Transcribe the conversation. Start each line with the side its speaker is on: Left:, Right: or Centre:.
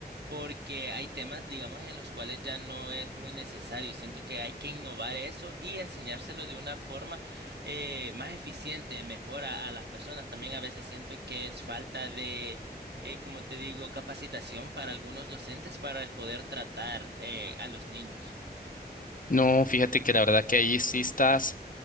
Right: porque hay temas, digamos, en los cuales ya no es muy necesario. Siento que hay que innovar eso y enseñárselo de una forma eh, más eficiente, mejor a, a las personas. También a veces siento que es falta de, eh, como te digo, capacitación para algunos docentes para el poder tratar eh, a los niños.
Left: No, fíjate que la verdad que ahí sí estás,